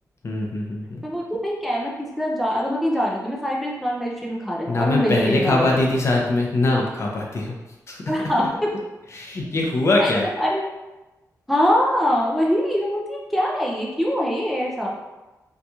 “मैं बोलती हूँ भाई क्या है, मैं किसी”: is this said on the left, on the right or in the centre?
Centre